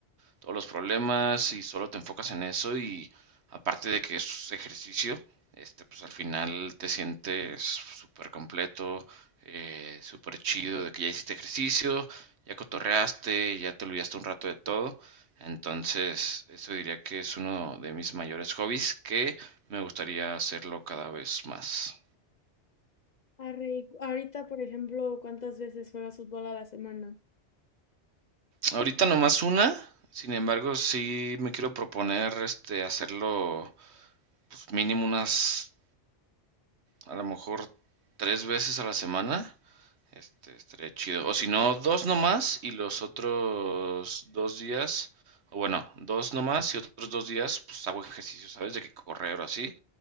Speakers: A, on the right; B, on the left.
A: todos los problemas y solo te enfocas en eso y aparte de que es ejercicio, este, pues al final te sientes súper completo, eh, súper chido de que ya hiciste ejercicio, ya cotorreaste, ya te olvidaste un rato de todo. Entonces, eso diría que es uno de mis mayores hobbies que me gustaría hacerlo cada vez más.
B: Arre, y cu- ahorita, por ejemplo, ¿cuántas veces juegas fútbol a la semana?
A: Ahorita nomás una, sin embargo, sí me quiero proponer este hacerlo pues, mínimo unas a lo mejor tres veces a la semana. Este, estaría chido. O si no, dos nomás y los otros dos días, o bueno, dos nomás y otros dos días, pues hago ejercicio, ¿sabes? De que correr o así.